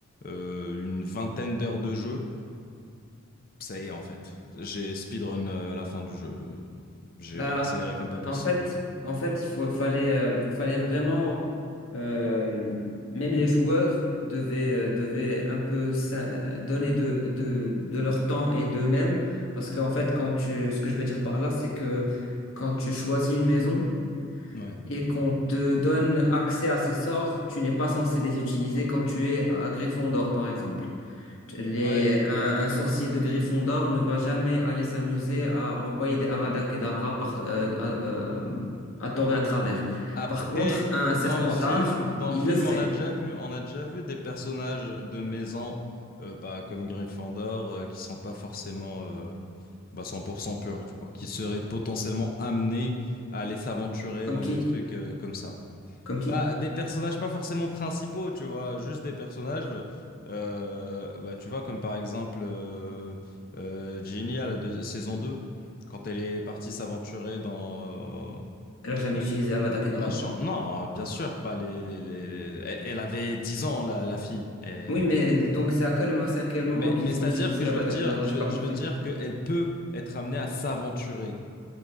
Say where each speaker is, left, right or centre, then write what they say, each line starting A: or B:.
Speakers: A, on the left (about 40°); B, on the left (about 75°).
A: euh, une vingtaine d'heures de jeu, ça y est, en fait. J'ai speedrun euh, la fin du jeu. J'ai
B: Bah,
A: accéléré comme pas possible.
B: en fait, en fait, il faut, fallait, euh, fallait vraiment, euh, même les joueurs devaient, euh, devaient un peu s'in- donner de, de, de leur temps et d'eux-mêmes, parce qu'en fait, quand tu, ce que je veux dire par là, c'est que quand tu choisis une maison
A: Ouais.
B: et qu'on te donne accès à ces sorts, tu n'es pas censé les utiliser quand tu es à Gryffondor, par exemple. Les,
A: Ouais.
B: un, un sorcier de Gryffondor ne va jamais aller s'amuser à envoyer des Avada Kedavra par, euh, à, euh, à tort et à travers.
A: Après,
B: Par contre, un
A: dans
B: Serpentard,
A: le film, dans
B: il
A: le film,
B: le ferait.
A: on a déjà vu, on a déjà vu des personnages de maison, euh, pas comme Gryffondor, euh, qui sont pas forcément euh, bah, 100% purs, tu vois, qui seraient potentiellement amenés à aller s'aventurer
B: Comme
A: dans
B: qui?
A: des trucs euh, comme ça.
B: Comme qui?
A: Bah, des personnages pas forcément principaux, tu vois, juste des personnages, euh, bah, tu vois, comme par exemple euh, euh, Ginny à la deux- saison 2, quand elle est partie s'aventurer dans...
B: Elle a jamais
A: euh,
B: utilisé Avada Kedavra?
A: la chan- Non, bien sûr, pas les, les, les- les- Elle elle avait 10 ans, la, la fille. Elle
B: Oui,
A: était
B: mais
A: trop
B: donc
A: petite.
B: c'est à quel, mo- c'est à quel moment
A: Mais,
B: qu'ils
A: mais c'est-à-dire
B: ont utilisé
A: que je
B: Avada
A: veux dire,
B: Kedavra?
A: je
B: J'ai
A: veux,
B: pas compris.
A: je veux dire qu'elle peut être amenée à s'aventurer